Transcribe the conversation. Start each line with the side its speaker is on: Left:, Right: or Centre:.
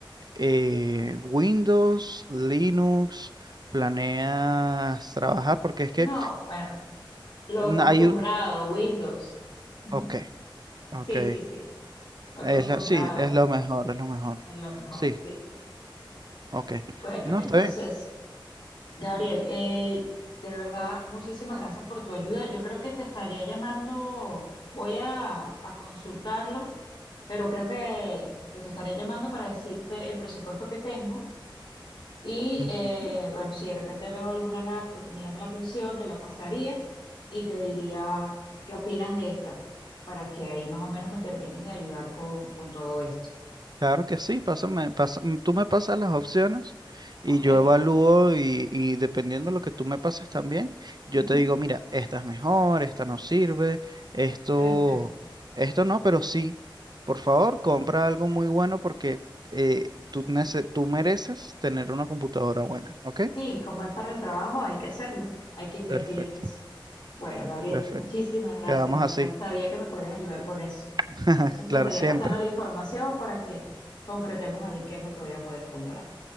Right: eh, Windows, Linux, planeas trabajar, porque es que
Left: No, bueno, lo
Right: na-
Left: acostumbrado,
Right: hay un-
Left: Windows. <laughs>
Right: ok, ok.
Left: Sí, sí, sí. Lo
Right: Es
Left: acostumbrado
Right: la, sí, es lo mejor, es lo mejor.
Left: es lo mejor,
Right: Sí,
Left: sí.
Right: ok.
Left: Bueno,
Right: No,
Left: entonces.
Right: está bien.
Left: Gabriel, eh, de verdad, muchísimas gracias por tu ayuda. Yo creo que te estaría llamando, voy a, a consultarlo, pero creo que, que te estaría llamando para decirte el presupuesto que tengo. Y
Right: Ujú.
Left: eh, bueno, si de repente veo alguna laptop que me llama la atención, te la pasaría y te diría qué opinas de esta, para que ahí más o menos me termines de ayudar con, con todo esto.
Right: Claro que sí, pásame, pasa- mm, tú me pasas las opciones y
Left: Ok.
Right: yo evalúo y, y dependiendo de lo que tú me pases también, yo
Left: ujú,
Right: te digo, mira, esta es mejor, esta no sirve, esto,
Left: Perfecto.
Right: esto no, pero sí, por favor, compra algo muy bueno porque eh, tú, nece- tú mereces tener una computadora buena, ¿ok?
Left: Sí, como es para el trabajo, hay que hacerlo, hay que invertir
Right: Perfecto,
Left: en eso. Bueno, Gabriel,
Right: Perfecto.
Left: muchísimas gracias,
Right: Quedamos
Left: de
Right: así.
Left: verdad. Sabía que me podías ayudar con eso.
Right: <laughs>
Left: Entonces
Right: Claro,
Left: te estaría
Right: siempre.
Left: pasando la información para que concretemos ahí qué es lo que voy a poder comprar.